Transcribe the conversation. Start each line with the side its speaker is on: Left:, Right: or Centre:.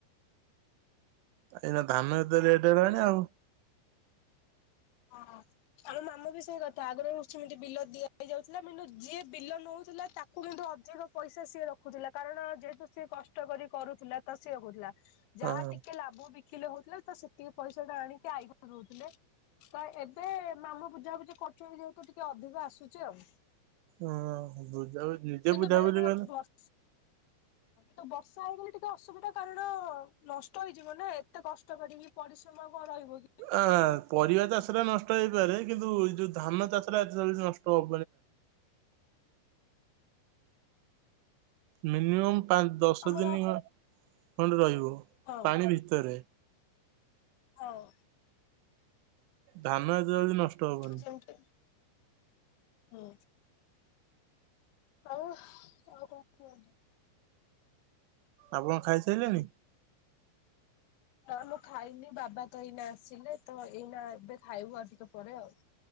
Right: ଏନା ଧାନ ଏତେ ରେଟ ହେଲାଣି ଆଉ।
Left: ହ ଆଉ ମାମୁଁ ବି ସେଇ କଥା ଆଗରୁ ସେମିତି ବିଲ ଦିଆହୁଏ। ଯାଉଥିଲା କିନ୍ତୁ ଯିଏ ବିଲ ନଉଥିଲା ତାକୁ କିନ୍ତୁ ଅଧିକ ପଇସା ସିଏ ରଖୁଥିଲା କାରଣ ଯେହେତୁ ସିଏ କଷ୍ଟ କଷ୍ଟ କରି କରୁଥିଲା ତ ସିଏ ହଉଥିଲା।
Right: ହଁ।
Left: ଯାହା ଟିକେ ଲାଭ ବିକିଲେ ହଉଥିଲେ ତ ସେତିକି ପଇସା ଟା ଆଣିକି ଆଇ ଘରୁ ରହୁଥିଲେ। ତ ଏବେ ମାମୁଁ ବୁଝାବୁଝି କରୁଛନ୍ତି ଯେହେତୁ ଟିକେ ଅଧିକ ଆସୁଛି ଆଉ।
Right: ହଁ ବୁଝା ବୁଝି କିଏ
Left: କିନ୍ତୁ
Right: ବୁଝା
Left: ବେଳେ
Right: ବୁଝି
Left: ବେଳେ
Right: କରେ
Left: ହଁ ତ ବର୍ଷା ହେଇଗଲେ ଟିକେ ଅସୁବିଧା କାରଣ ନଷ୍ଟ ହେଇଯିବ ନା ଏତେ କଷ୍ଟ କରିକି ପରିଶ୍ରମ ଆଉ କଅ ରହିବ କି
Right: ଆ ପରିବା ଚାଷ ଟା ନଷ୍ଟ ହେଇପାରେ କିନ୍ତୁ ଯଉ ଧାନ ଚାଷଟା ଏତେ ଜଲ୍ଦି ନଷ୍ଟ <inaudible> ମିନିମମ୍ ପାଞ୍ଚ ଦଶ
Left: ଆମର
Right: ଦିନ ଖଣ୍ଡେ ରହିବ।
Left: ହଁ
Right: ପାଣି ଭିତରେ
Left: ହଉ।
Right: ଧାନ ଏତେ ଜଲ୍ଦି ନଷ୍ଟ ହବନି
Left: ସେଇଠି ହୁଁ ହଉ ଆଉ କଣ କୁହନ୍ତୁ?
Right: ଆପଣ ଖାଇସାରିଲେଣି?
Left: ହଁ ମୁଁ ଖାଇନି ବାବା ତ ଏଇନା ଆସିଲେ ତ ଏଇନା ଏବେ ଖାଇବୁ ଆଉ ଟିକେ ପରେ ଆଉ।